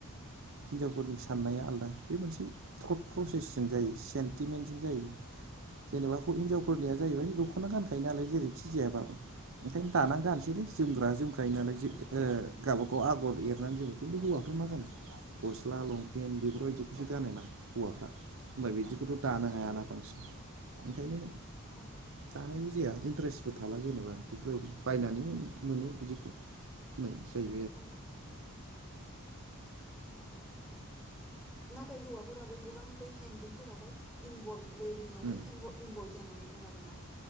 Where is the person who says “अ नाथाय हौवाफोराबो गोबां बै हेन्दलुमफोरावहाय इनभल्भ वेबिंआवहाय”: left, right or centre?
Centre